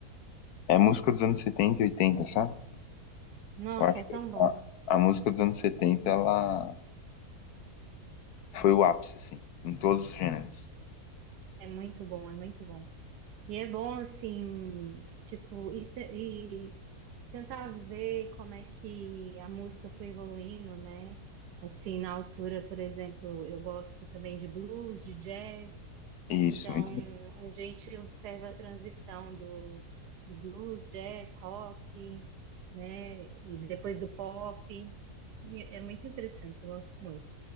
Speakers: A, on the left; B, on the right.
A: é música dos anos 70 e 80, sabe?
B: Nossa,
A: Eu acho
B: é tão
A: que
B: bom.
A: a, a música dos anos 70 ela foi o ápice, assim, em todos os gêneros.
B: É muito bom, é muito bom. E é bom, assim, tipo, e, te- e tentar ver como é que a música foi evoluindo, né? Assim, na altura, por exemplo, eu gosto também de blues, de jazz.
A: Isso.
B: Então,
A: Então,
B: a gente observa a transição do, do blues, jazz, rock, né? E depois do pop. E É muito interessante, eu gosto muito,